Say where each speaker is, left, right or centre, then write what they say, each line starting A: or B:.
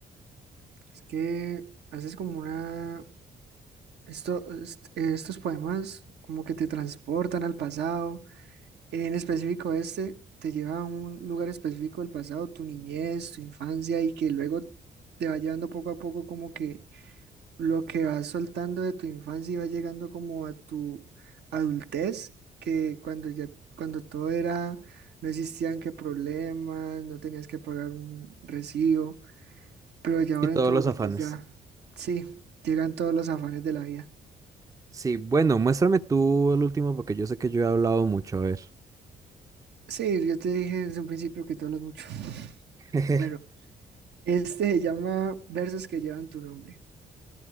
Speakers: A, on the right (about 70°); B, on the right (about 20°).
A: es que haces como una... Esto, est- estos poemas como que te transportan al pasado. En específico este, te lleva a un lugar específico del pasado, tu niñez, tu infancia, y que luego te va llevando poco a poco como que lo que vas soltando de tu infancia y va llegando como a tu adultez, que cuando ya, cuando todo era, no existían que problemas, no tenías que pagar un recibo, pero ya ahora
B: Y todos
A: en tu
B: los
A: adultez
B: afanes.
A: ya, sí, llegan todos los afanes de la vida.
B: Sí, bueno, muéstrame tú el último porque yo sé que yo he hablado mucho. A ver.
A: Sí, yo te dije desde un principio que tú hablas mucho. <laughs>
B: <laughs> Jeje.
A: Bueno, este se llama Versos que llevan tu nombre.